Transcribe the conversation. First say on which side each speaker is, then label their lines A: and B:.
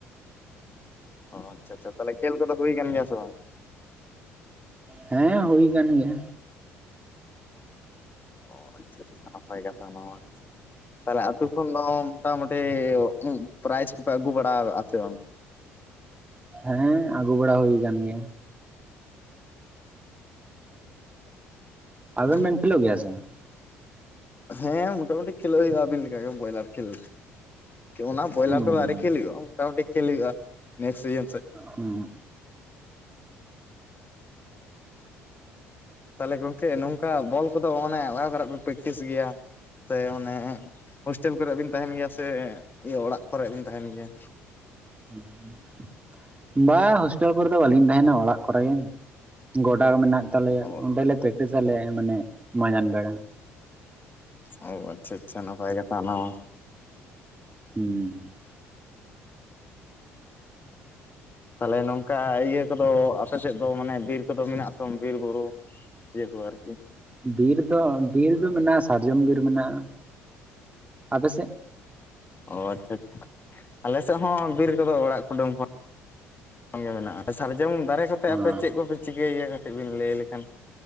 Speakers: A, on the left (about 30°); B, on the right (about 20°).
A: ᱚ ᱟᱪᱷᱟ ᱟᱪᱷᱟ ᱛᱟᱦᱞᱮ ᱠᱷᱮᱞ ᱠᱚᱫᱚ ᱦᱩᱭ ᱠᱟᱱ ᱜᱮᱭᱟ ᱥᱮ ᱵᱟᱝ?
B: ᱦᱮᱸ ᱦᱩᱭ ᱠᱟᱱ ᱜᱮᱭᱟ᱾
A: ᱚ ᱟᱪᱷᱟ ᱟᱪᱷᱟ ᱱᱟᱯᱟᱭ ᱠᱟᱛᱷᱟ ᱚᱱᱟ ᱢᱟ, ᱛᱟᱦᱞᱮ ᱟᱛᱳ ᱠᱷᱚᱱ ᱫᱚ ᱢᱚᱴᱟᱢᱩ ᱯᱮᱭᱚ ᱯᱨᱟᱭᱤᱡ ᱠᱚᱯᱮ ᱟᱹᱜᱩ ᱵᱟᱲᱟ ᱟᱠᱟ ᱥᱮ ᱵᱟᱝ?
B: ᱦᱮᱸ ᱟᱹᱜᱩ ᱵᱟᱲᱟ ᱦᱩᱭ ᱟᱠᱟᱱ ᱜᱮᱭᱟ᱾ ᱟᱵᱮᱱ
A: ᱚ
B: ᱵᱮᱱ ᱠᱷᱮᱞᱳ ᱜᱮᱭᱟ ᱥᱮ ᱵᱟᱝ?
A: ᱦᱮᱸ ᱢᱚᱴᱟᱢᱩᱴᱤ ᱠᱷᱮᱞᱳ ᱦᱩᱭᱩᱜᱼᱟ ᱟᱹᱵᱤᱱ ᱞᱮᱠᱟ ᱜᱮ ᱵᱚᱭᱨᱟᱞ ᱠᱷᱮᱞ᱾ ᱚᱱᱟ
B: ᱵᱟᱝ
A: ᱵᱚᱭᱞᱟᱨ ᱠᱚᱫᱚ ᱟᱨᱤ ᱠᱷᱮᱞ ᱦᱩᱭᱩᱜ-ᱟ, ᱢᱚᱴᱟᱢᱩᱴᱤ ᱠᱷᱮᱞ ᱦᱩᱭᱩᱜᱼᱟ ᱱᱮᱠᱥᱴ ᱥᱤᱡᱤᱱ ᱥᱮᱫ᱾
B: ᱦᱩᱸ᱾
A: ᱛᱟᱦᱚᱞᱮ ᱜᱚᱝᱠᱮ ᱱᱚᱝᱠᱟ ᱵᱚᱞ ᱠᱚᱫᱚ ᱢᱟᱱᱮ ᱚᱲᱟᱜ ᱫᱷᱟᱨᱮ ᱯᱮ ᱯᱨᱮᱠᱴᱤᱥ ᱜᱮᱭᱟ? ᱥᱮ ᱚᱱᱮ ᱦᱳᱥᱴᱮᱞ ᱠᱚᱨᱮ ᱵᱤᱱ ᱛᱟᱦᱮᱸᱱ ᱜᱮᱭᱟ ᱥᱮ, ᱤᱭᱟᱹ ᱚᱲᱟᱜ ᱠᱚᱨᱮ ᱵᱤᱱ ᱛᱟᱦᱮᱸᱱ ᱜᱮᱭᱟ?
B: <unintelligible> ᱵᱟᱝ ᱦᱳᱥᱴᱮᱞ ᱠᱚᱨᱮ ᱫᱚ ᱵᱟᱹᱞᱤᱧ ᱛᱟᱦᱮᱸᱱᱟ ᱚᱲᱟᱜ ᱠᱚᱨᱮ ᱜᱮ, ᱜᱚᱰᱟ ᱢᱮᱱᱟᱜ ᱛᱟᱞᱮᱭᱟ
A: ᱚ
B: ᱚᱸᱰᱮᱞᱮ ᱯᱮᱠᱴᱤᱥᱟᱞᱮ ᱢᱟᱱᱮ ᱢᱟᱡᱟᱱ ᱵᱮᱲᱟ᱾
A: ᱦᱚᱸ ᱟᱪᱪᱷᱟ ᱟᱪᱪᱷᱟ ᱱᱟᱯᱟᱭ ᱠᱟᱛᱷᱟ ᱚᱱᱟ ᱢᱟ᱾
B: <unintelligible> <inaudible>
A: ᱛᱟᱦᱚᱞᱮ ᱱᱚᱝᱠᱟ ᱤᱭᱟᱹ ᱠᱚᱫᱚ ᱟᱯᱮ ᱥᱮᱫ ᱫᱚ ᱢᱟᱱᱮ ᱵᱤᱨ ᱠᱚᱫᱚ ᱢᱮᱱᱟᱜ-ᱟ ᱥᱮ ᱵᱟᱝ ᱵᱤᱨ ᱵᱩᱨᱩ᱾ ᱮᱨ ᱯᱚᱨ ᱟᱨ ᱠᱤ᱾
B: ᱵᱤᱨ ᱫᱚ ᱵᱤᱨ ᱫᱚ ᱢᱮᱱᱟᱜᱼᱟ ᱥᱟᱨᱡᱚᱢ ᱵᱤᱨ ᱢᱮᱱᱟᱜᱼᱟ, ᱟᱯᱮᱥᱮᱫ?
A: ᱚ ᱟᱪᱪᱷᱟ ᱟᱪ ᱟᱞᱮ ᱥᱮᱫ ᱦᱚᱸ ᱵᱤᱨ ᱠᱚᱫᱚ ᱚᱲᱟᱜ ᱠᱩᱰᱟᱹᱢ ᱦᱚᱸ ᱥᱚᱝᱜᱮ ᱢᱮᱱᱟᱜᱼᱟ, ᱥᱟᱨᱡᱚᱢ ᱫᱟᱨᱮ᱾ ᱫᱚ
B: ᱦᱚᱸ
A: ᱟᱯᱮ ᱪᱮᱫ ᱠᱚᱯᱮ ᱪᱤᱠᱟᱹᱭᱮᱭᱟ ᱠᱟᱹᱴᱤᱡ ᱵᱤᱱ ᱞᱟᱹᱭ ᱞᱮᱠᱷᱟᱱ